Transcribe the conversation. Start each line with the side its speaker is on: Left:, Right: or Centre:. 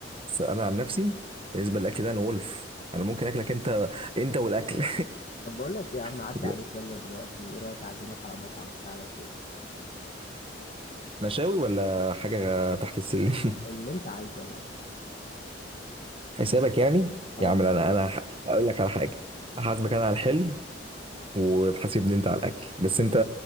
Right: انا عن نفسي بالنسبة للاكل ده انا ولف انا ممكن اكلك انت انت والاكل
Left: <laughs> طب بقول لك إيه يا عم
Right: <laughs>
Left: عدي عليك يلا دلوقتي ايه رايك اعزمك على مطعم كده على ذوقك
Right: مشاوي ولا حاجة تحت السلم
Left: اللي انت عايزه يا باشا
Right: <laughs> حسابك يعني
Left: اه
Right: يا عم
Left: على
Right: لا، انا
Left: حسب.
Right: انا ح- هقول لك على حاجة احاسبك انا على الحلو وتحاسبني انت على الاكل بس انت